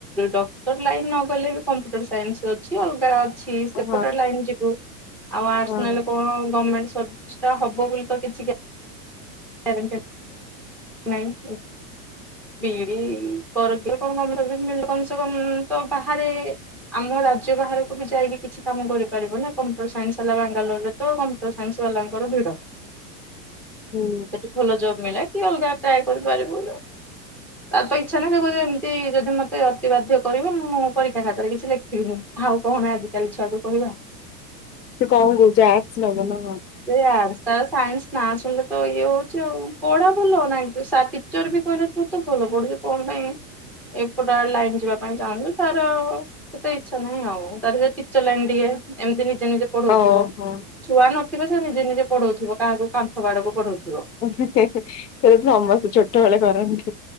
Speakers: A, in the centre; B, on the left.
A: ଡକ୍ଟର ଲାଇନ୍ ନଗଲେ ବି କମ୍ପ୍ୟୁଟର ସାଇନ୍ସ ଅଛି ଅଲଗା ଅଛି ସେପଟ
B: ହଁ
A: ଲାଇନ ଯିବୁ। ଆର୍ଷ
B: ହଁ
A: ନେଲେ କଣ? ଗମେଣ୍ଟ ସର୍ଭିସ୍ଟା ହବ ବୋଲି ତ କିଛି ଗ୍ୟା <inaudible> ବିଇଡ଼ି କରିବ କଣ <unintelligible> କମ ସେ କମ ତ ବାହାରେ ଆମ ରାଜ୍ୟ ବାହାରକୁ ବି ଯାଇକି କିଛି କାମ କରିପାରିବ ନା କମ୍ପ୍ୟୁଟର ସାଇନ୍ସ ବାଲା ବାଙ୍ଗାଲୋରରେ ତ କମ୍ପ୍ୟୁଟର ସାଇନ୍ସ ବାଲାଙ୍କର ଭିଡ଼।
B: ହୁଁ।
A: ସେଠି ଭଲ ଜବ୍ ମିଳେ। କି ଅଲଗା ଟ୍ରାଏ କରିପାରିବୁ। ତା ତ ଇଚ୍ଛା ନାହିଁ ସେ କଉଚି ଏମିତି ଯଦି ମୋତେ ଅତି ବାଧ୍ୟ କରିବ ମୁଁ ପରୀକ୍ଷା ଖାତାରେ କିଛି ଲେଖିବିନି ଆଉ କଣ ଆଜିକାଲି ଛୁଆକୁ କହିବା।
B: ସେ କଣ କଉଚି ଆର୍ଷା ନବ ନା ।
A: ସେ ଆଡ୍ସ ତାର ସାଇନ୍ସ ନା ଶୁଣେତ ଇ ହୋଉ ଚି ଆଉ ପଢା ଭଲ ନାଇଁ ଟିଚର ବି କହିଲେ ତୁ ତ ଭଲ ପଢୁଛୁ କଣ ପାଇଁ ଏପଟା ଲାଇନ୍ ଯିବା ପାଇଁ ଚାହୁଁଛୁ ତାର ସେତେ ଇଚ୍ଛା ନାହିଁ ଆଉ ତାର ସେ ଟିଚର ଲାଇନ ଟିକେ ଏମତି ନିଜେ ନିଜେ ପଢଉଥିବ
B: ଓହୋ
A: ଛୁଆ ନ ତେବେ ସେ ନିଜେ ନିଜେ ପଢଉଥିବ କାହାକୁ କନ୍ଥ ବାଡକୁ ପଢଉ
B: <unintelligible> ସମସ୍ତେ ଛୋଟବେଳେ କରନ୍ତି।